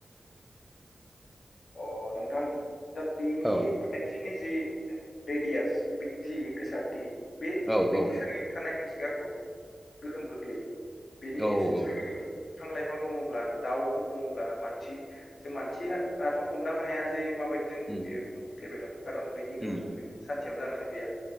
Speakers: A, on the left (about 80°); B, in the centre.
A: औ नोंथां दा बेनि
B: औ
A: बा बिनि जि रेडियास बिनि जि गोसारथि बे
B: औ
A: बिनि
B: औ
A: सोरगिदिं थानाय मिथिंगाखौ गोहोम गोख्लैयो बेनि
B: औ
A: सोरगिदिं
B: औ
A: बिफां लाइफां दङब्ला दाउफोर दङब्ला मानसि जों मानसिया थ' हमदांनो हाया जे माबायदि जोंखौ
B: उम
A: बेयो देबाय दं खारन बेनि गोहोमबो
B: उम
A: गोग्लै सानसेयावनो जानानै फैया